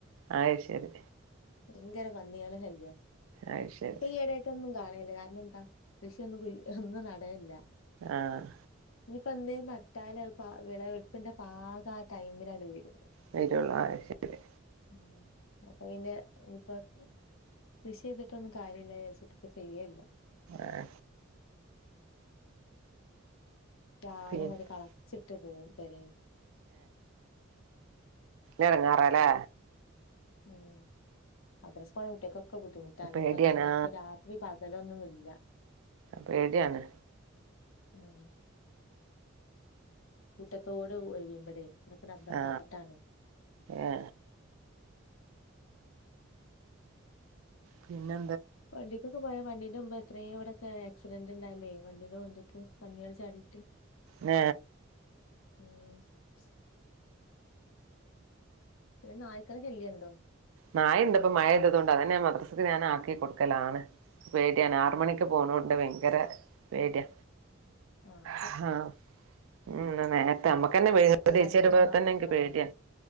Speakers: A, on the right (about 75°); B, on the left (about 80°).
A: അയ് ശരി
B: ഭയങ്കര പന്ന്യേള ശല്യ
A: അത് ശരി
B: ഇപ്പൊ ഈയിടായിട്ടൊന്നും കാണ <unintelligible> കാരണം എന്താ കൃഷിയൊന്നും ഒന്നും നടയല്ല
A: ആഹ്
B: ഇനിയിപ്പ എന്തേലും നട്ടാല് അഹ്പാ വെളവെടുപ്പിന്റെ പാഗ ആഹ് ടൈമിലാണ് വെരും
A: വെരൊള്ളൂ ആ ശെരി
B: ഉം അപ്പൊ പിന്നെ ഇപ്പ കൃഷി ചെയ്തിട്ടൊന്നും കാര്യമില്ല ചോെച്ചിട്ട് ഇ ചെയ്യല്ല
A: ആഹ
B: <inaudible> രാഗം
A: പിന്നെ
B: കൊണ്ട് കളച്ചിട്ട് <unintelligible> വരെ
A: എടങ്ങാറല്ലേ
B: ഉം അദ്രസ്കണമട്ടിയക്കൊക്കെ ബുദ്ധിമുട്ടാണ്
A: പേടിയാണ്
B: ഇപ്പ ഇങ്ങനെ ഇപ്പ രാത്രി അതലൊന്നുമ ഇല്ല
A: പേടിയാണ്
B: ഉം കൂട്ടത്തോട് ഒഴവിയ്പടെേ ഇതൊക്കെ നമ്പർ
A: ആ
B: പട്ടാണ്
A: ഏ പിന്നെ
B: പണ്ടിക്ക കപായ മണ്ടി എത്രയും ഇവിടെക്കെ ആക്സിഡന്റ് ഉണ്ടല്ലേ വണ്ടീന്റെ കൊണ്ടക്ക് പന്നികൾ ചാടിയിട്ട്
A: ആ
B: <unintelligible> പിന്നെ നായക്കന ചെല്ലണ്ടോ
A: നായ ഇന്തപ്പോ മഴ ഇതുകൊണ്ട് അതന്നൊ മദ്രസ്സക്ക് ഞാൻ ആക്കി കൊടുക്കലാണ് പേടിയാണ്‌ ആറ
B: ഉം
A: മണിക്ക് പോണോണ്ട് ഭയങ്കര പേടിയ
B: ആഹ
A: ആഹ് ഉം നേരത്തെ നമ്മുക്ക്െന്നെേച്ച
B: ഒക്കെ കടിക്കണ
A: വരുമ്പോ
B: നായ്ക്കളാണ്
A: തന്നെ എനിക്ക് പേടിയ